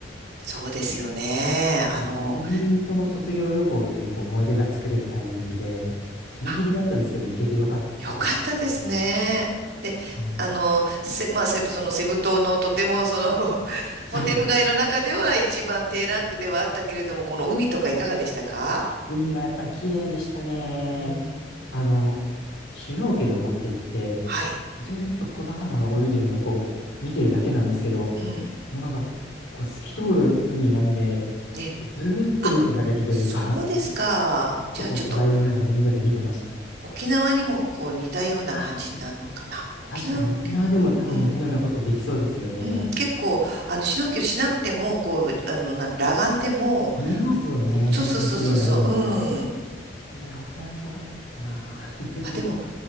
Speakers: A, on the right (about 60°); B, on the left (about 80°).
A: そうですよね。あの、
B: ギリギリその卒業旅行っていうこう思い出が作れるタイミングで、ギリギリだったですけど、
A: まあ、
B: 行けてよかったですね。
A: よかったですね。
B: これは
A: で、
B: うん
A: あの、せ、まあ、セブ、そのセブ島のとても、その、<laughs> ホテル街の中では一番低ランクではあったけれども、
B: <laughs>
A: この海とかいかがでしたか
B: 海はやっぱり綺麗でしたね。
A: うん。
B: あの、シュノーケルを持って行って、
A: はい。
B: ずーっと小魚が泳いでるのをこう見てるだけなんですけど、
A: うん。
B: もうなんか、こう透き通る海なんで、
A: ね。
B: ずーっと見てられるというか、
A: あ、そうですか。
B: ずっとこう漂いながらみんなで見てました。
A: じゃあ、ちょっと沖縄にもこう似たような感じになるのかな。
B: あ、
A: 沖縄も結構、
B: 確かに沖縄でも多分似たようなことできそうですよね。
A: うん。うん。結構、あの、シュノーケルしなくても、こう、あの、なん裸眼でも、
B: 見えますよね。
A: そうそうそうそうそう、
B: 本当に綺麗な海って。
A: うん。
B: いいな、沖縄行きたくなってきたな。<laughs>
A: あ、でも、